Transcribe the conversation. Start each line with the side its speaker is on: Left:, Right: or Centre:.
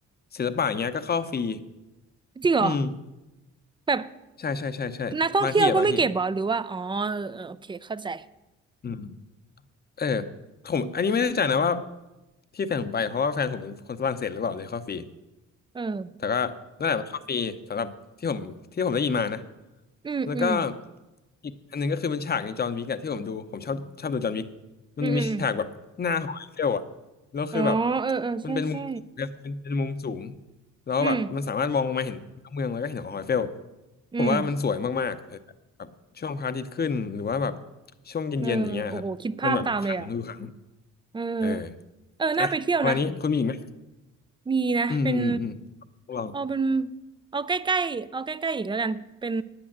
Left: ศิลปะอย่างเงี้ยก็เข้าฟรี
Right: จริงเหรอ
Left: อืม
Right: แบบ
Left: ใช่ใช่ใช่ใช่บางที่อะบางที่
Right: นักท่องเที่ยวก็ไม่เก็บเหรอหรือว่าอ๋อเออเออโอเคเข้าใจ
Left: อืม เออผมอันนี้ไม่แน่ใจนะว่าที่แฟนผมไปเพราะว่าแฟนผมเป็นคนฝรั่งเศสหรือเปล่าเลยเข้าฟรี
Right: เออ
Left: แต่ก็นั่นแหละมันเข้าฟรีสำหรับที่ผมที่ผมได้ยินมานะ
Right: อืมอืม
Left: แล้วก็อีกอันหนึงก็คือเป็นฉากในจอห์นวิกอะที่ผมดูผมชอบชอบดูจอห์นวิกมันจะมีฉากแบบหน้าหอไอเฟลอะแล้วคือแบบ
Right: อืมอืมอ๋อเออเออใช่ใช่
Left: มันเป็นมุมเป็นเป็นมุมสูงแล้วแบบมันสามารถมองลงมาเห็นเมืองแล้วก็เห็นหอไอเฟล
Right: อืมอืม
Left: ผมว่ามันสวยมากๆเออแบบช่วงพระอาทิตย์ขึ้นหรือว่าแบบช่วงเย็นๆอย่างเงี้ยครับมันแบบดูขลังดูขลัง
Right: เออโอ้โหคิดภาพตามเลยอ่ะเออ
Left: เออ
Right: เออน่าไปเที่ยวนะ
Left: อ่ะประมาณนี้คุณมีอีกไหม
Right: มีนะเป็น
Left: อืมอืมอืมพวกเรา
Right: เอาเป็นเอาใกล้ๆเอาใกล้ๆอีกแล้วกันเป็น